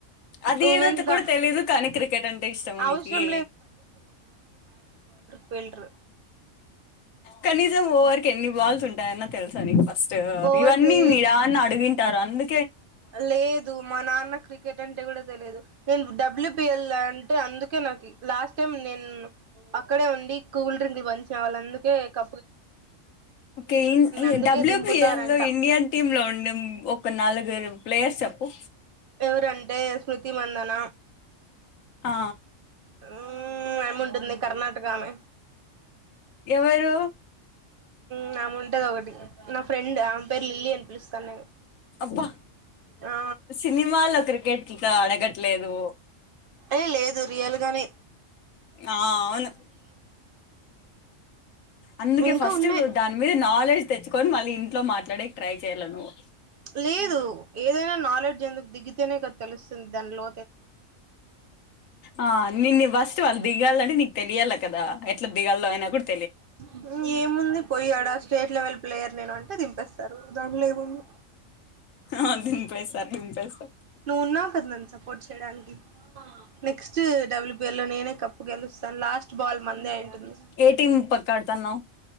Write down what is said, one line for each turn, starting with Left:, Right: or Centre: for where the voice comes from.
Left: అది
Right: ఉమెన్స్
Left: ఏదో త
Right: దా
Left: కూడా తెలీదు కానీ క్రికెట్ అంటే ఇష్టమా
Right: అవసరం
Left: నీకీ
Right: ఫిల్టరు
Left: కనీసం ఓవర్కి ఎన్ని బాల్స్ ఉంటాయన్న తెలుసా నీకు ఫస్ట్
Right: ఓవర్కి
Left: ఇవన్నీ మీరు యడన్న అడిగింటారు అందు
Right: లేదు మా నాన్న క్రి కేట్ అంటే కూడా తెలిదు నేను డబ్ల్యూపిఎల్ అంటే అందుకే నాకు లాస్ట్ టైం నేను అక్కడే ఉండి కూల్ డ్రింక్లు పంచే వాళ్లు అందుకే క
Left: కేల్
Right: అందుకే
Left: డబ్ల్యూబిఎల్
Right: దింపుతారంట
Left: లో ఇండియన్ టీమ్ లో ఉండే ఒ కొన్నాల్ నాలుగురు ప్లేయర్స్ చేప్పు
Right: ఎవరంటే శృతి మందన
Left: ఆ
Right: మ్మ్ ఆయమ్మ ఉంటుందే కర్ణాటక ఆమె
Left: ఎవరు
Right: మ్ ఆముంటది ఒకటి నా ఫ్రెండ్ ఆమె పేరు లిల్లీ అని పిలుస్తాను నేను
Left: అబ్బా
Right: ఆ
Left: సినిమాలో క్రికెట్ అడగట్లేదు
Right: ఏ లేదు రియల్గానే
Left: ఆ అవును అందుకే
Right: ఇంకా
Left: ఫస్ట్
Right: ఉన్నాయి
Left: దాని మీద నాలెడ్జ్ తెచ్చుకొని మళ్ళీ ఇంట్లో మాట్లాడేకి ట్రై చేయ్యాల నువ్వు
Right: లేదు ఏదైనా నాలెడ్జ్ ఎందుకు దిగితేనే కా తెలుస్తుంది దానిలో
Left: ఆ నిన్న వస్ ఫస్టు వాళ్ళు దిగాలంట నీకు తెలియాల్ల కద ఎట్ దిగాలో అయి గూడా
Right: ఇంగా ఏముంది పోయ్యాడా స్టేట్ లెవెల్ ప్లేయర్ నేను అంటే దింపేస్తారు దాంట్లో ఏముంది
Left: ఆ దింపేస్తారు దింపేస్తారు
Right: నువవున్నా కదా నన్ను సపోర్ట్ చేయడానికి నెక్స్ట్ డబ్ల్యూబిఎల్ లో నేనే కప్పు గెలుస్తా తను లాస్ట్ బాల్ మందే అయింటుంది
Left: ఏ టీం పక్క ఆడుతున్నావ్